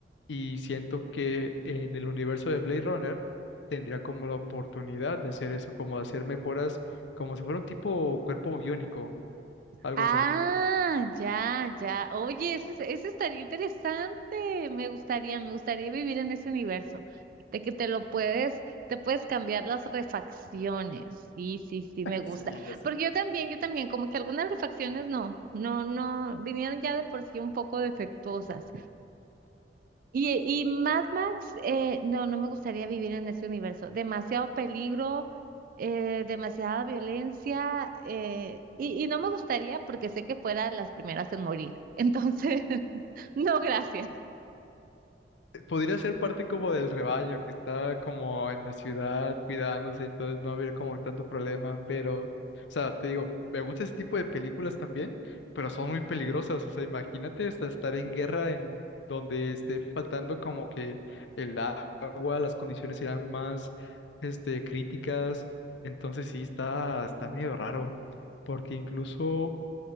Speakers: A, on the left; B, on the right.
A: Y siento que en el universo de Blade Runner, tendría como la oportunidad de hacer eso, como hacer mejoras, como si fuera un tipo cuerpo biónico, algo
B: Ah,
A: así.
B: ya, ya. Oye, ese, es- ese estaría interesante. Me gustaría, me gustaría vivir en ese universo, de que te lo puedes, te puedes cambiar las refacciones. Sí, sí, sí, me gusta.
A: Sí, ya sé.
B: Porque yo también, yo también, como que algunas refacciones no, no, no, vinieron ya de por sí un poco defectuosas. Y, y Mad Max, eh, no, no me gustaría vivir en ese universo. Demasiado peligro, eh, demasiada violencia, eh, y, y no me gustaría porque sé que fuera las primeras en morir. Entonces, <laughs> no, gracias.
A: Eh, Podría ser parte como del rebaño que está como en la ciudad cuidándose, entonces no habría como tanto problema, pero, o sea, te digo, me gusta ese tipo de películas también, pero son muy peligrosas, o sea, imagínate hasta estar en guerra en donde esté faltando como que el agua las condiciones eran más este, críticas, entonces sí está, está medio raro, porque incluso,